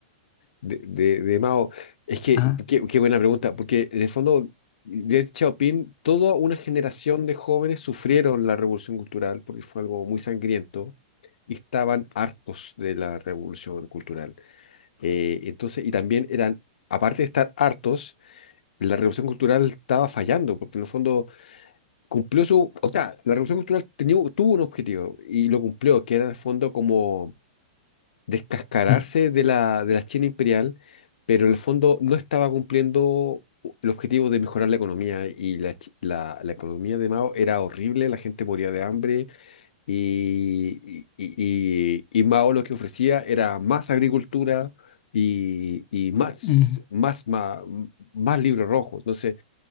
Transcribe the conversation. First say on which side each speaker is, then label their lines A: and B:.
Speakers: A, on the left (about 80°); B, on the left (about 30°).
A: de, de, de Mao. Es que,
B: Ah,
A: qué, qué buena pregunta, porque en el fondo, Deng Xiaoping, toda una generación de jóvenes sufrieron la revolución cultural porque fue algo muy sangriento y estaban hartos de la revolución cultural. Eh, entonces, y también eran, aparte de estar hartos, la revolución cultural estaba fallando, porque en el fondo cumplió su, o sea, la revolución cultural tenía- tuvo un objetivo y lo cumplió, que era en el fondo como descascararse
B: mm,
A: de la, de la China imperial, pero en el fondo no estaba cumpliendo el objetivo de mejorar la economía y la, chi- la- la economía de Mao era horrible, la gente moría de hambre y, y, y- y Mao lo que ofrecía era más agricultura y, y más,
B: mm.
A: más, más, más libros rojos. Entonces,